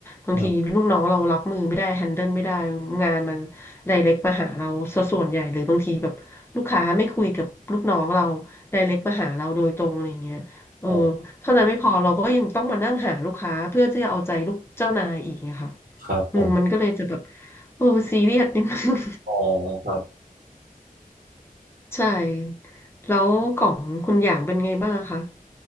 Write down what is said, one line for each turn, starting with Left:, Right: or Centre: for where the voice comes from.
Left: บางทีลูกน้องเรารับมือไม่ได้แฮนเดิลไม่ได้
Right: อืม
Left: งานมัน ไดเรกมาหาเราสะส่วนใหญ่หรือบางทีแบบลูกค้าไม่คุยกับลูกน้องเราไดเรกมาหาเราโดยตรงอะไรอย่างเงี้ยเออ
Right: อ๋อ
Left: เท่านั้นไม่พอเราก็ยังต้องมานั่งหาลูกค้าเพื่อที่จะเอาใจลูกเจ้านายอีกอะค่ะ
Right: ครับผม
Left: อืมมันก็เลยจะแบบโอ้ซีเรียสนิดนึง
Right: อ๋อครับ
Left: <laughs> ใช่แล้วของคุณอย่างเป็นไงบ้างอะคะ